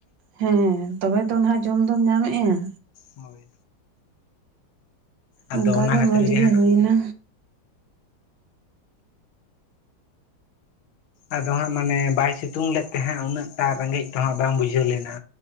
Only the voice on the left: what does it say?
ᱦᱳᱭ, ᱟᱫᱚ
ᱚᱱᱟ ᱠᱷᱟᱹᱛᱤᱨ
ᱦᱟᱸᱜ
ᱟᱫᱚ ᱦᱟᱸᱜ ᱢᱟᱱᱮ ᱵᱟᱭ ᱥᱤᱛᱩᱝ ᱞᱮᱫ ᱛᱟᱦᱮᱜ ᱩᱱᱟᱹᱜ ᱴᱟ ᱨᱮᱸᱜᱮᱸᱡ ᱫᱚ ᱦᱟᱸᱜ ᱵᱟᱝ ᱵᱩᱡᱷᱟᱹᱣ ᱞᱮᱱᱟ᱾